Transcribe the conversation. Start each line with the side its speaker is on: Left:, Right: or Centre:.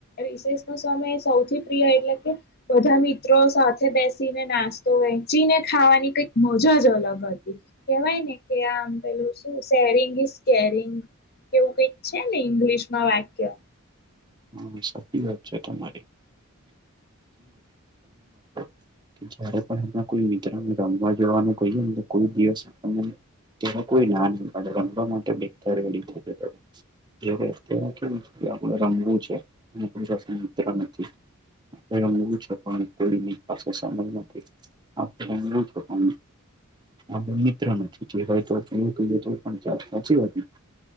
Left: રિસેશ નો સમય સૌથી પ્રિય એટલે કે બધા મિત્રો સાથે બેસીને નાસ્તો વહેચીને ખાવાની કઈક મજા જ અલગ હતી. કેવાય ને કે આમ પેલું શું શેરિંગ ઇઝ કેરિંગ એવું કઈક છે ને ઇંગ્લિશમાં વાક્ય
Right: હા, સાચી વાત છે તમારી <unintelligible> જયારે પણ એમના કોઈ મિત્રને રમવા જવાનું કહીએ, તો કોઈ દિવસ આપણને તેમાં કોઈ ના નઈ પાડે, રમવા માટે <unintelligible> એ વખતે કેવું કે આપણે રમવું છે અને મિત્ર નથી. હવે રમવું છે, પણ કોઈ ની પાસે સમય નથી. <unintelligible> આપડે મિત્ર નથી <unintelligible> સાચી વાત ને